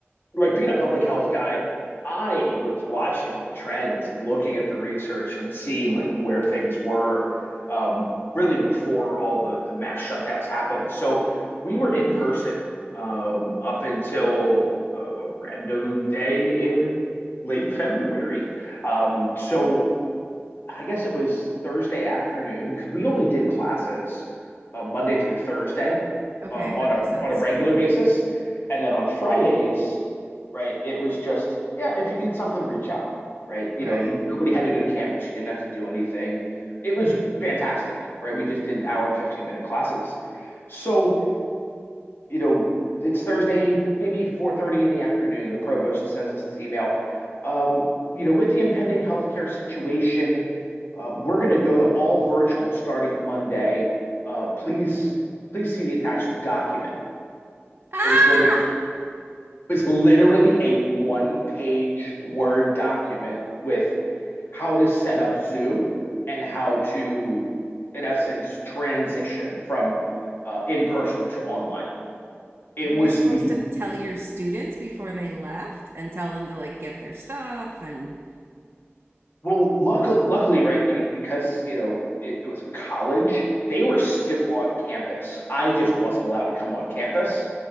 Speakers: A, on the left (about 55°); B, on the right (about 50°).
A: right, being a public health guy, I was watching the trends and looking at the research and seeing like where things were, um, really before all the the mass shutdowns happened. So we were in person, um, up until a, a random day in late February. Um, so I guess it was Thursday afternoon because we only did classes uh, Monday through Thursday
B: Okay,
A: um,
B: that
A: on
B: makes
A: a
B: sense.
A: on a regular basis, and then on Fridays, right? It was just yeah, if you need something, reach out, right? You
B: Right.
A: know, n- nobody had to go to campus. You didn't have to do anything. It was fantastic, right? We just did hour and 15 minute classes. So you know, it's Thursday, maybe 4:30 in the afternoon. The provost sends us this email. Um, you know, with the impending healthcare situation, uh, we're going to go to all virtual starting Monday. Uh, please, please see the attached document.
B: Ah!
A: It was literally it was literally a one-page Word document with how to set up Zoom and how to, in essence, transition from uh, in person to online. It
B: Were
A: was
B: you supposed
A: the
B: to tell your students before they left and tell them to like get their stuff and
A: Well, luckily, luckily, right, you know, because, you know, it, it was college, they were still on campus. I just wasn't allowed to come on campus.